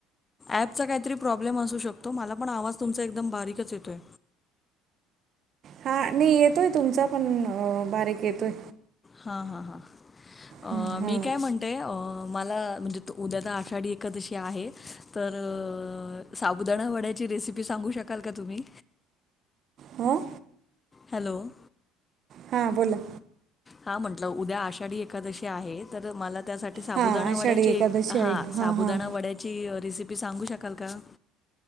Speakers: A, on the left; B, on the right.
A: ॲपचा काहीतरी प्रॉब्लेम असू शकतो. मला पण आवाज तुमचा एकदम बारीकच येतोय.
B: हा. मी येतोय तुमचा पण, बारीक येतोय.
A: हा हा हा, अ..
B: हं, हां
A: मी काय म्हणते. ते अ मला म्हणजे तर उद्या तर आषाढी एकदशी आहे तर. साबुदाणा वड्याची रेसिपी सांगू शकाल का तुम्ही?
B: हो..
A: हॅलो. ‌
B: हां बोला.
A: हा म्हंटलं, उद्या आषाढी एखादशी आहे तर मला.. त्यासाठी साबुदाणा
B: हां आषाढी
A: वड्याची
B: एकादशी
A: एक, हां
B: आहे
A: साबुदाणा
B: हां
A: वड्याची रेसिपी सांगू शकाल का?